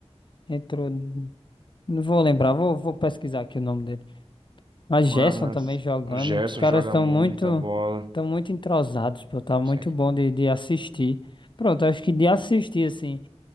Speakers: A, on the left (about 45°); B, on the right (about 45°).
A: Entrou. Não vou lembrar, vou, vou pesquisar aqui o nome dele. A
B: Mas,
A: Gerson também jogando.
B: o Gerson
A: Os caras
B: joga
A: estão
B: muita
A: muito,
B: bola.
A: estão muito entrosados, pô. Tá muito
B: Sim.
A: bom de, de assistir. Pronto, acho que de assistir, assim,